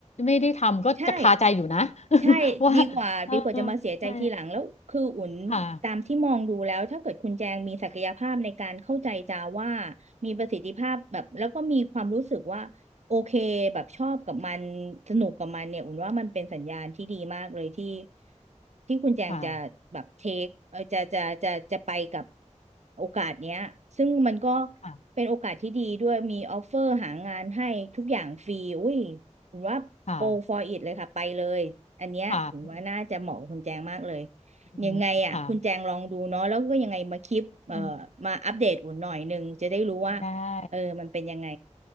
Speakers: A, on the left; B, on the right.
A: ไม่ได้ทำก็จะคาใจอยู่นะ
B: ใช่ใช่ดีกว่าดีกว่าจะมาเสียใจทีหลังแล้วคืออุ่น
A: <laughs> ว่าเออใช่ค่ะ
B: ตามที่มองดูแล้วถ้าเกิดคุณแจงมีศักยภาพในการเข้าใจจาว่ามีประสิทธิภาพแบบแล้วก็มีความรู้สึกว่าโอเคแบบชอบกับมันสนุกกับมันเนี่ยอุ่นว่ามันเป็นสัญญาณที่ดีมากเลยที่ที่คุณแจงจะแบบเทคเออจะจะจะจะไปกับ
A: ค่ะ
B: โอกาสเนี้ยซึ่งมันก็
A: ค่ะ
B: เป็นโอกาสที่ดีด้วยมีออฟเฟอร์หางานให้ทุกอย่างฟรีอุ้ย ถึงว่าโก
A: ค่ะ
B: for it เลยค่ะไปเลยอันเนี้ยถึงว่าน่าจะเหมาะกับคุณแจงมากเลย
A: ค่ะอืมค่ะ
B: ยังไงอ่ะคุณแจงลองดูเนาะแล้วก็ยังไงมาคลิปเอ่อมาอัปเดตอุ่นหน่อยหนึ่งจะได้รู้ว่า
A: อืมได้
B: เออมันเป็นยังไง